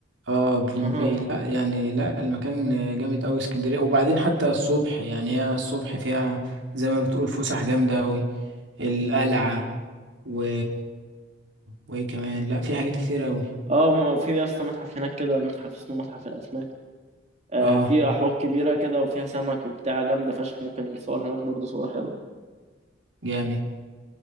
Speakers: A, on the right; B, on the right.
A: اه جليم
B: <laughs>
A: باي لا يعني لا المكان جامد قوي اسكندريه وبعدين حتى الصبح يعني هي الصبح فيها زي ما بتقول فسح جامده قوي القلعه و وايه كمان لا في حاجات كتير قوي
B: اه م- في يا اسطى متحف هناك كده متحف اسمه متحف الأسماك آه،
A: اه
B: في احواض كبيره كده وفيها سمك وبتاع جامده فشخ ممكن نصور هناك برضو صور حلوه
A: جامد